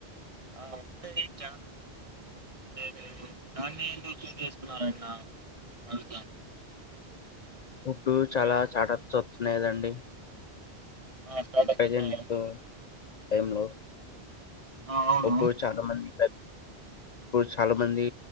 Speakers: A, on the right; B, on the left.
A: ఆ ఉంటాయి చ ఉయి ఇంకా ఉంటాయి మీరు దాన్ని ఎందుకు చూ చేసుకున్నన్న అడు
B: ఇప్పుడు చాలా చాటచొతునేదండి
A: ఆ స్టార్టప్స్
B: ప్రిజఎంటి
A: ఉన్నాయి
B: టైంలో
A: ఆ అవును
B: ఒ చాలా మంది ఇప్పుడు చాలా మంది